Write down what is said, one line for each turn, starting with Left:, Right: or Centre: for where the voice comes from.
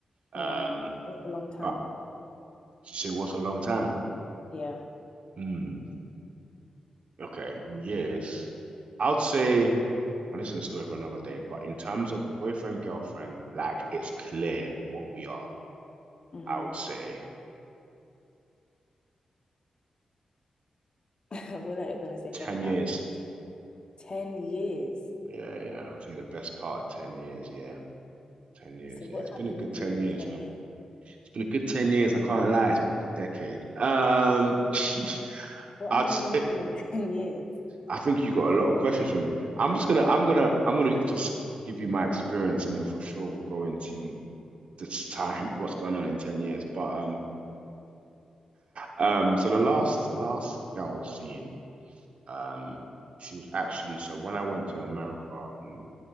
Right: Um,
Left: mm. It's a long time.
Right: but so what's a long time?
Left: Yeah.
Right: Hmm. Okay, in years, I would say, and this is a story for another day, but in terms of boyfriend, girlfriend, like it's clear what we are.
Left: hmm
Right: I would say
Left: <laughs> I feel like you're gonna say
Right: 10
Left: something
Right: years.
Left: outrageous. Ten years.
Right: Yeah, yeah. I'd say the best part of 10 years. Yeah, 10 years.
Left: So
Right: Yeah,
Left: what
Right: it's
Left: have
Right: been
Left: you
Right: a good
Left: been doing
Right: 10 years,
Left: in ten
Right: man.
Left: years?
Right: It's been a good 10 years. I can't lie. It's been a good decade. Um, <laughs>
Left: What
Right: I'd
Left: have
Right: say,
Left: you been doing in <laughs> ten years?
Right: I think you got a lot of questions for me. I'm just gonna, I'm gonna, I'm gonna just give you my experience and then for sure we'll go into this time <laughs> what's going on in 10 years but um um so the last the last girl I was seeing um she was actually so when I went to America in